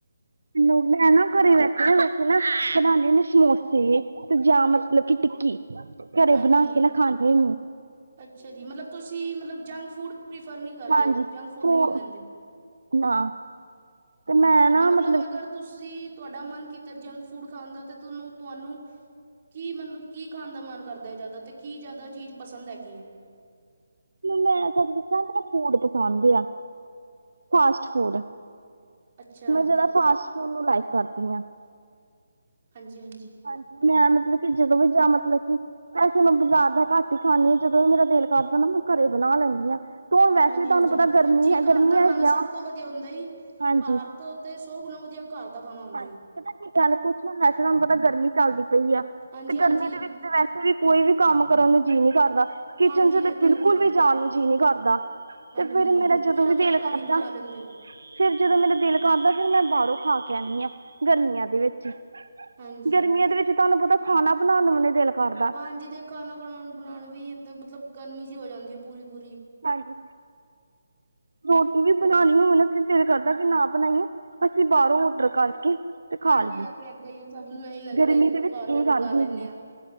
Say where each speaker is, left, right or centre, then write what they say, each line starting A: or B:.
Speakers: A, on the right; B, on the right.
A: ਨੂੰ ਮੈਂ ਨਾ ਘਰੇ ਵੈਠੇ ਵਸੀੇ ਨਾ ਬਣਾਨਣੀ ਹੁੰਦੀ ਸਮੋਸੇ ਤੇ ਜਾਂ ਮਤਲਬ ਕੀ ਟਿੱਕੀ ਘਰੇ
B: ਹਾਂਜੀ
A: ਬਣਾ ਕੇ ਨਾ ਖਾਣੀ।
B: ਅੱਛਾ ਜੀ ਮਤਲਬ ਤੁਸੀਂ ਮਤਲਬ ਜੰਕ ਫੂਡ ਪ੍ਰੀਫਰ ਨਹੀਂ ਕਰਦੇ
A: ਹਾਂਜੀ
B: ਜੰਕ ਫੂਡ
A: ਫੂ
B: ਨਹੀਂ ਲੈਂਦੇ।
A: ਨਾ ਤੇ ਮੈਂ ਨਾ
B: ਤੇ
A: ਮਤਲਬ
B: ਅਗਰ
A: ਕਿ
B: ਤੁਸੀਂ। ਤੁਹਾਡਾ ਮਨ ਕੀਤਾ ਜੰਕ ਫੂਡ ਖਾਣ ਦਾ ਤੇ ਤੁਹਾਨੂੰ ਤੁਹਾਨੂੰ ਕੀ ਮਤਲਬ ਕੀ ਖਾਣ ਦਾ ਮਨ ਕਰਦਾ ਹੈ ਜ਼ਿਆਦਾ ਤੇ ਕੀ ਜਿਆਦਾ ਚੀਜ਼ ਪਸੰਦ ਹੈਗੀ।
A: ਮੈਂ ਸ ਦੱਸਣਾ ਮੈਨੂੰ ਫੂਡ ਪਸੰਦ ਆ ਫਾਸਟ ਫੂਡ
B: ਅੱਛਾ
A: ਮੈਂ ਜਾਦਾ ਫਾਸਟ ਫੂਡ ਨੂੰ ਲਾਈਕ ਕਰਦੀ ਹਾਂ।
B: ਹਾਂਜੀ, ਹਾਂਜੀ
A: ਹਾਂਜੀ ਮੈਂ ਮਤਲਬ ਕਿ ਜਦੋਂ ਵੀ ਜਾ ਮਤਲਬ ਕਿ ਵੈਸੇ ਮੈਂ ਬਾਜ਼ਾਰ ਦਾ ਘਟ ਹੀ ਖਾਂਦੀ ਆ ਜਦੋਂ ਵੀ ਮੇਰਾ ਦਿਲ ਕਰਦਾ ਮੈਂ ਘਰੇ ਬਣਾ ਲੈਂਨੀ ਹਾਂ। ਹੁਣ ਵੈਸੇ
B: ਹਾਂਜੀ,
A: ਵੀ ਤੁਹਾਨੂੰ
B: ਹਾਂਜੀ
A: ਪਤਾ ਗਰਮੀ
B: ਜੀ
A: ਹੈ
B: ਘਰ
A: ਗਰਮੀਆਂ
B: ਦਾ ਖਾਣਾ
A: ਹੈਗੀਆਂ
B: ਸਭ ਤੋਂ ਵਧੀਆ ਹੁੰਦੈ ਜੀ
A: ਹਾਂਜੀ
B: ਬਾਹਰ ਤੋਂ ਤੇ ਸੌ ਗੁਣਾ ਵਧੀਆ ਘਾਰ ਦਾ ਖਾਣਾ ਹੁੰਦਾ
A: ਹਾਂਜੀ
B: ਜੀ
A: ਪਤਾ ਕੀ ਗਲ ਏ ਕੁੱਛ ਨੀ ਵੈਸੇ ਤੁਹਾਨੂੰ ਪਤਾ ਗਰਮੀ ਚੱਲਦੀ ਪਈ ਆ
B: ਹਾਂਜੀ-ਹਾਂਜੀ।
A: ਤੇ ਗਰਮੀ ਦੇ ਵਿੱਚ ਵੈਸੇ ਵੀ ਕੋਈ ਵੀ ਕੰਮ ਕਰਨ ਨੂੰ ਜੀਅ ਨਹੀ ਕਰਦਾ, ਕਿਚਨ
B: ਹਾਂਜੀ ਹਾਂਜੀ
A: ਚ ਤੇ
B: ਇਹ
A: ਬਿਲਕੁਲ
B: ਹੈਗਾ ਹੀ
A: ਵੀ
B: ਹੈ
A: ਜਾਣ ਨੂੰ ਜੀਅ ਨਹੀਂ ਕਰਦਾ।
B: ਹਾਂਜੀ-ਹਾਂਜੀ
A: ਤੇ ਫੇਰ ਮੇਰਾ ਜਦੋਂ
B: ਫੇਰ
A: ਵੀ
B: ਆਪਣਾ
A: ਦਿਲ ਕਰਦਾ।
B: ਘਰ ਹੀ ਬਣਾ ਲੈਂਦੇ ਹੋ
A: ਫੇਰ ਜਦੋਂ ਮੇਰਾ ਦਿਲ ਕਰਦਾ ਫਿਰ ਮੈਂ ਬਾਹਰੋਂ ਖਾ ਕੇ ਆਂਦੀ ਹਾਂ ਗਰਮੀਆਂ ਦੇ ਵਿੱਚ
B: ਹਾਂਜੀ।
A: ਗਰਮੀਆਂ ਦੇ ਵਿੱਚ ਤੁਹਾਨੂੰ ਪਤਾ ਖਾਣਾ ਬਣਾਣ ਨੂੰ ਵੀ ਦਿਲ ਕਰਦਾ
B: ਹਾਂਜੀ ਤੇ ਖਾਣਾ, ਖਾਣ ਬਣਾਉਣ ਵੀ ਏਦਾਂ ਮਤਲਬ ਗਰਮੀ ਚ ਹੋ ਜਾਂਦੀ ਹੈ ਪੂਰੀ -ਪੂਰੀ
A: ਹਾਂਜੀ ਰੋਟੀ ਵੀ ਬਣਾਣੀ ਹੋਵੇੈ ਨਾ ਤੇ ਦਿਲ ਕਰਦਾ ਕਿ ਨਾ ਬਣਾਈਏ। ਅਸੀਂ ਬਾਹਰੋਂ ਔਡਰ ਕਰਕੇ ਤੇ
B: ਹਾਂਜੀ
A: ਖਾ ਲਈ
B: ਇਹ ਤੇ ਹੈਗਾ ਹੀ ਹੈ ਸਭ ਨੂੰ ਇਹੀ ਲੱਗਦਾ
A: ਗਰਮੀ
B: ਹੈ ਕਿ
A: ਦੇ ਵਿੱਚ
B: ਬਾਹਰੋਂ
A: ਇਹ
B: ਔਡਰ
A: ਗੱਲ
B: ਕਰ
A: ਹੁੰਦੀ
B: ਲੈਂਦੇ
A: ਹੈ।
B: ਹਾਂ